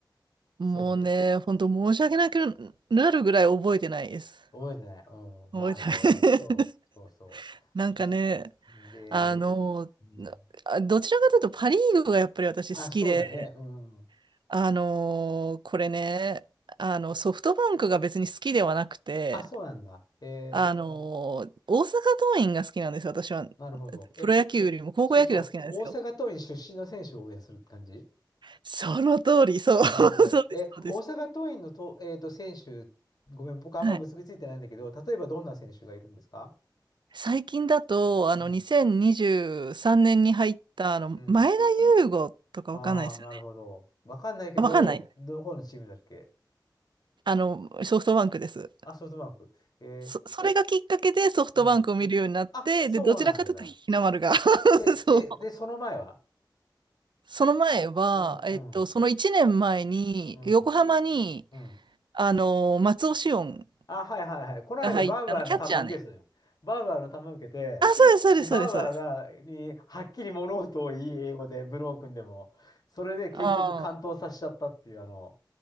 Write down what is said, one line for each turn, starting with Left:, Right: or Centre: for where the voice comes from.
Left: そうです。
Right: あ。もうね、本当申し訳なくなるぐらい覚えてないです。
Left: 覚えてない。うん。
Right: 覚えて
Left: まあね。そうそうそ
Right: ない <laughs> なんかね、
Left: う。うん、で、
Right: あの、
Left: うん。
Right: なあどちらかというとパ・リーグがやっぱり私好きで、
Left: あ、そうだね。うん。
Right: あの、これね、あの、ソフトバンクが別に好きではなくて、
Left: あ、そうなんだ。え
Right: あの、大阪桐蔭が好きなんですよ、私は。
Left: ー、なるほど。え、
Right: プロ野球よりも高校野球が好きなんですよ。
Left: そうすると、大阪桐蔭出身の選手を応援するって感じ
Right: その通り、そう、<laughs> そうです、
Left: なるほど。え、
Right: そうです。
Left: 大阪桐蔭のと、えーと、選手、ごめん、僕あんま結びついてないんだけど、
Right: はい。
Left: 例えばどんな選手がいるんですか
Right: 最近だと、あの、
Left: うん。
Right: 2023年にじゅうさんねんに入った、あの、
Left: うん。
Right: 前田悠伍とかわかんないですよね。
Left: ああ、なるほど。わかんないけど、
Right: あわかんない。
Left: どこのチームだっけ
Right: あの、ソフトバンクです。
Left: あ、ソフトバンク。え
Right: そ、それがきっかけでソフトバンクを見るようになって、
Left: ー、うん。あ、そうなんだ。
Right: で、どちらかというと日の丸が <laughs>
Left: で、
Right: そう。
Left: で、で、その前は
Right: その前は、
Left: うんうん
Right: えっと、その1年前に、
Left: うん
Right: 横浜に、
Left: うん。
Right: あの、松尾紫音
Left: あ、はいはいはい。この間バウアーの球受けてたじゃん。
Right: が入った、あの、キャッチャーね。
Left: バウアーの球受けて、
Right: あ、そうです、そうです、
Left: で、バウアーが、
Right: そうです、そうです。
Left: に、はっきり物事を言い英語で、ブロー君でも、それで結局完投させちゃったっていう、
Right: ああ。
Left: あの、